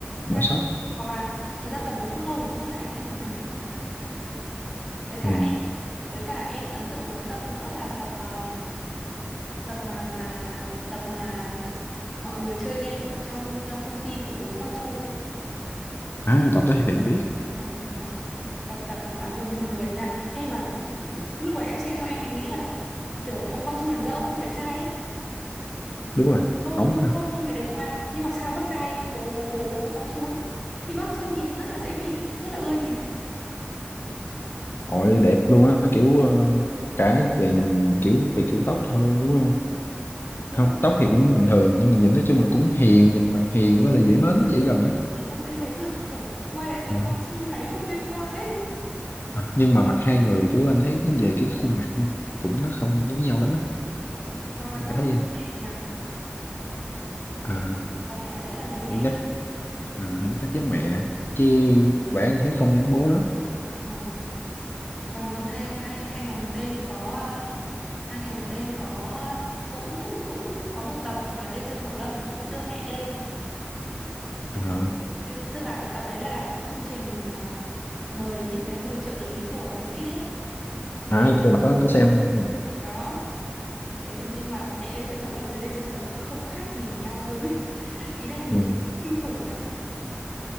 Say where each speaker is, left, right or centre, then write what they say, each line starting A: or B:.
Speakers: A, on the left (about 60°); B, in the centre.
A: bỏ
B: chắc
A: sót
B: hoặc là thật ra tập đấy cũng lâu rồi, có thể là anh xem rồi mà anh quên chăng? Với cả
A: ừ.
B: em với cả em ấn tượng một cái tập nữa là tập ờ, tập mà mà tập mà mọi người chơi game ở trong ờ, công ty của bố Quang Su ấy.
A: à tập đó thì anh biết
B: À, đó tập tập mà bu- buồn cười nha em mà <laughs> lúc ấy em xem xong em bị nghĩ là kiểu ông Quang Su là thật ra ông không đẹp trai ấy
A: đúng rồi
B: ông
A: ổng
B: không không
A: ha
B: không không hề đẹp trai nhưng mà sao bác trai bố bố bố của Quang Su ấy thì bác trông nhìn rất là dễ nhìn ấy rất là ưa nhìn ấy
A: Ôi đẹp luôn á kiểu ờ, cả về nhìn kiểu về kiểu tóc thôi đúng không?
B: đúng
A: Không
B: không
A: tóc thì cũng bình thường nhưng mà nhìn nói chung là cũng hiền nhìn mặt hiền với là dễ mến nó dễ gần á.
B: nhìn bác dễ mến mà <laughs> kiểu quay lại nhìn
A: À.
B: Quang Su thấy không liên quan ấy
A: À, nhưng mà mặt hai người kiểu anh thấy cái- về cái khuôn mặt nha cũng nó không giống nhau lắm á.
B: ừ. hoặc là
A: Anh
B: Quang
A: Thấy
B: Su
A: vậy?
B: giống mẹ nhỉ
A: À
B: có thể là sẽ là giống
A: nghĩ
B: mẹ
A: chắc à, nghĩ chắc giống mẹ chứ bạn anh thấy không giống bố lắm.
B: ừ. còn còn hai hai hai ngày một đêm có à, hai ngày một đêm có cũng cũng cũng có một tập mà Lê Dương Bảo Lâm cũng đưa mẹ lên
A: À,
B: Đây- tức là tập đấy là chương trình à, mời những cái người trợ lý của nghệ sĩ ấy lên
A: à cái tập đó anh có xem ừ.
B: đó thế dừng nhưng mà mẹ Lê Dương Bảo Lâm với Lê Dương Bảo Lâm không khác gì nhau luôn ấy <laughs> ý là nhìn
A: ừ,
B: kinh khủng luôn ấy